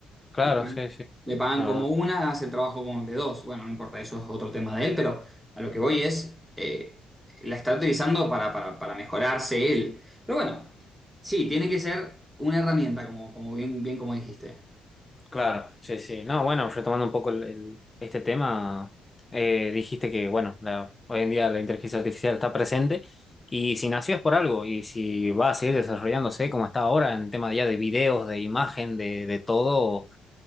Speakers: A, on the left; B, in the centre.
A: Claro,
B: Le, pagan
A: sí, sí,
B: le pagan
A: la
B: como
A: verdad.
B: una, hace el trabajo como de dos. Bueno, no importa, eso es otro tema de él, pero a lo que voy es, eh, la está utilizando para, para- para mejorarse él. Pero bueno, sí, tiene que ser una herramienta, como, como bien, bien como dijiste.
A: Claro, sí, sí. No, bueno, retomando un poco el- el- este tema, eh, dijiste que, bueno, la- hoy en día la inteligencia artificial está presente y si nació es por algo y si va a seguir desarrollándose como está ahora en tema ya de videos, de imagen, de, de todo.